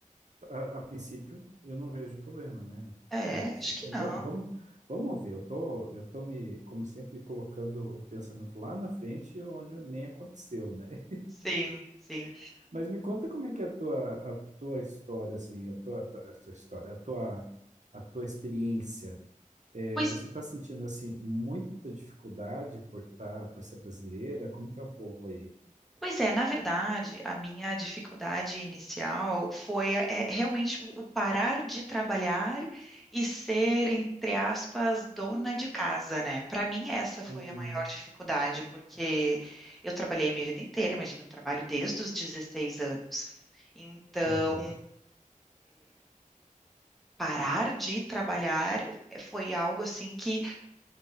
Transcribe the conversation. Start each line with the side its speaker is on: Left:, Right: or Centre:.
Right: A, a princípio, eu não vejo problema, né?
Centre: É,
Right: A princípio-
Centre: acho que
Right: é, Bom,
Centre: não.
Right: vamos, vamos ver. Eu tô, eu tô me, como sempre, colocando o pensamento lá na frente, onde nem aconteceu, né?
Centre: Sim, sim.
Right: <laughs> Mas me conta como é que é a tua, a tua história, assim, a tua, a tua história, a tua, a tua experiência. É,
Centre: Pois
Right: você está sentindo assim muita dificuldade por tá, por ser brasileira? Como que é o povo aí?
Centre: Pois é, na verdade, a minha dificuldade inicial foi eh, é, realmente o o parar de trabalhar e ser, entre aspas, dona de casa, né? Para mim, essa foi
Right: Hum,
Centre: a maior dificuldade, porque eu trabalhei a minha vida inteira, imagina, eu trabalho desde os 16 anos. Então,
Right: uhum,
Centre: parar de trabalhar eh, foi algo assim que